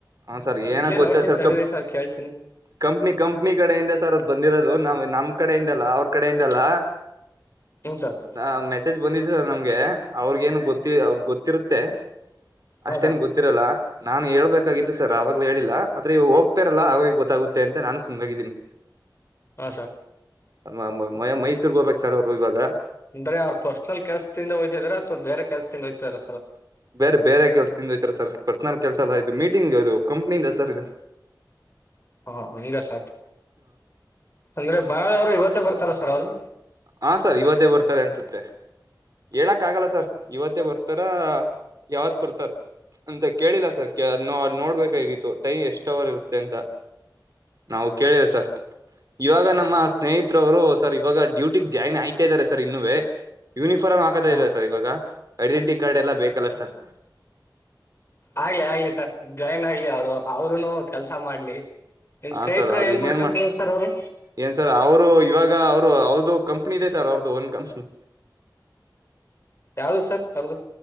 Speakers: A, on the right; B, on the left.
A: ಹ ಸರ್ ಏನಾಗ
B: ಇಲ್ಲೇ
A: ಗೊತ್ತ
B: ನೋಡ್ತೀನಿ
A: ಸರ್
B: ತಡೀರಿ
A: ಕಂ
B: ಕೇಳ್ತೀನಿ
A: ಕಂಪ್ನಿ ಕಂಪ್ನಿ ಕಡೆಯಿಂದ ಸರ್ ಅ ಬಂದಿರೋದು ನಾವ್ ನಮ. ಕಡೆಯಿಂದಲ್ಲ ಅವ್ರ ಕಡೆಯಿಂದಲ್ಲ.
B: ಹ್ಞೂ ಸರ್
A: ನ ಮೆಸೇಜ್ ಬಂದಿದ್ದ ಸರ್ ನಮ್ಗೆ ಅವ್ರಗ ಏನು. ಗೊತ್ತಿ ಅವ್ರ ಗೊತ್ತಿರುತ್ತೆ. ಅಷ್ಟೇನ್
B: ಹಾಂ ಸರ್
A: ಗೊತ್ತಿರಲ್ಲ. ನಾನ್ ಹೇಳ್ಬೇಕು. ಬಾಗಿತ್ತು ಸರ್ ಆವಾಗಲ ಹೇಳಿಲ್ಲಾ ಆದ್ರೆ ಇ ಹೋಗ್ತಾರಲ್ಲ ಆಾಗ ಗೊತ್ತಾಗುತ್ತೆ ಅಂತ ನಾನು ಸಮ್ಾಗಿದ್ದೀನಿ.
B: ಹಾ ಸರ್.
A: ಅ ಮ ಮೈಸೂರ್ಗ ಹೋಗಬೇಕಕ್ ಸರ್ ಅವರು ಇವಾಗ.
B: ಅಂದ್ರೆ ಅವ್ರ ಪರ್ಸನಲ್ ಕೆಲ್ಸದಿಂದ ಹೋ್ತಿದಾರೆ ಅಥವಾ ಬೇರೆ ಕೆಲಸದಿಂದ ಹೋ್ತಾರ.
A: ಬೇರೆ ಬೇರೆ ಕೆಲ್ಸದಿಂದಯ್ತರ ಸರ್ ಪರ್ಸನಲ್ ಕೆಲ್ಸ ಎಲ್ಲ. ಇದು ಮೀಟಿಂಗ್ ಅದು ಕಂಪ್ನಿಯಿಂದ ಸರ್ ಇದು.
B: ಹಾ ಹಂಗ ಸರ್ ಅಂದ್ರೆ ಬರದವರು ಇವತ್ತೇ ಬರ್ತಾರ. ಪರವದು.
A: ಹಾ ಸರ್ ಇವತ್ತೇ ಬರ್ತಾರೆ ಅನ್ಸುತ್ತೆ. ಎಲಾಕ್. ಆಗಲ್ಲ ಸರ್ ಇವತ್ತೇ ಬರ್ತಾರ. ಯಾವತ್ ಬರ್ತಾರೆ ಅಂತ ಕೇಳಿಲ್ಲ ಸರ್ ನೋಡ್ಬೇಕಾಗಿತ್ತು ಟೈಮ್ ಎಷ್ಟವರ್ ಇರುತ್ತೆ ಅಂತ. ನಾವು ಕೇಳಿದ ಸರ್. ಇವಾಗ ನಮ್ಮ ಸ್ನೇಹಿತರವರು ಸರ್ ಇವಾಗ. ಡ್ಯೂಟಿ ಜಾಯ್ನ್ ಆಯ್ತಾ ಇದ್ದಾರೆ ಸರ್ ಇನ್ನುವೆ. ಯೂನಿಫಾರ್ಮ್ ಹಾಕತಾ
B: ಹಾ
A: ಇದೆಯದೆ ಸರ್ ಇವಾಗ ಐಡೆಂಟಿ ಕಾರ್ಡ್ ಎಲ್ಲ ಬೇಕಲ್ಲ ಸರ್. <inaudible>
B: ಆಗ್ಲಿ ಆಗ್ಲಿ ಸರ್ ಜಾಯಿನ್ ಆಗ್ಲಿ ಅವ್ರು ಅವರುೂನು. ಕೆಲ್ಸ ಮಾಡ್ಲಿ. ನಿಮ್
A: ಹಾ
B: ಸ್ನೇಹಿತರು
A: ಸರ್ ಅವ್ರ
B: ಏನ್
A: ಇನ್ನೇನ್
B: ಮಾಡ್ಕೊಂತ
A: ಮಾಡ
B: ಸರ್ ಅವರು
A: ಏನ್ ಸರ್ ಅವರು ಇವಾಗ ಅವರು ಅವದು. ಕಂಪನಿ ಇದೆ ಸರ್ ಅವರ್ದು ಒನಕಂಪನ.
B: ಯಾವ್ದು ಸರ್ ಅದು.